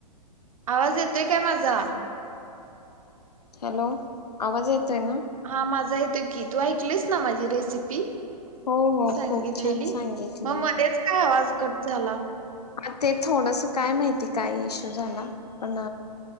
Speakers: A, on the right; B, on the left.
A: आवाज येतोय काय माझा?
B: हॅलो! आवाज येतोय ना?
A: हा माझा येतोय की तू ऐकलीस ना माझी रेसिपी?
B: हो हो
A: सांगितलेली
B: खूप छान सांगितले
A: मग मध्येच काय आवाज कट झाला.
B: आ ते थोडसं काय माहिती? काय इश्यू झाला पण